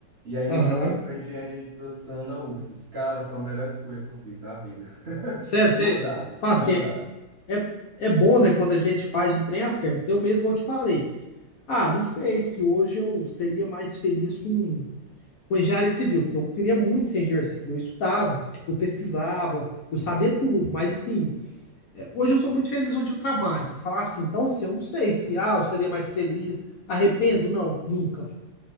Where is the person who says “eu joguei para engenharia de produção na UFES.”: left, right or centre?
Right